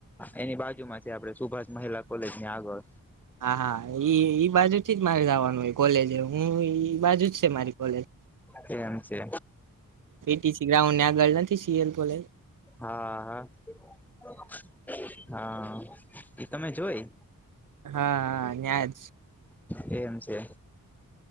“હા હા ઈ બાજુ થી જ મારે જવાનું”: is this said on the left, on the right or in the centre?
Right